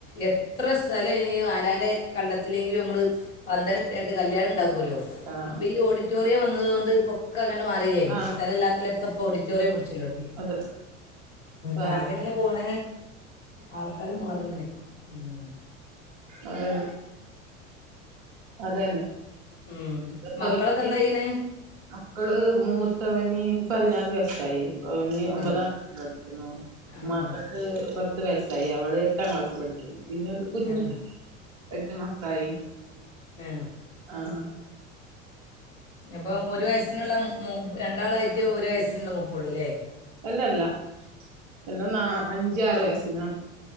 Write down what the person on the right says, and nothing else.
ആഹ്
ആഹ്
അതെ അതാ
അതെ അതന്നെ
ഇപ്പൊ
ഈ മക്കള് മൂത്തവന് പതിനാല് വയസ്സായി അവന് ഒമ്പതാ
പഠിക്കുന്നു
മകള്
പത്ത് വയസ്സായി അവള് എട്ടാം ക്ലാസ്സിൽ പഠിക്കുന്നു പിന്നെ ഒരു കുഞ്ഞി
എട്ട് മാസമായി
ആഹ്‌.
അല്ലല്ല എല്ലാം നാ അഞ്ച ആറ് വയസ്സിന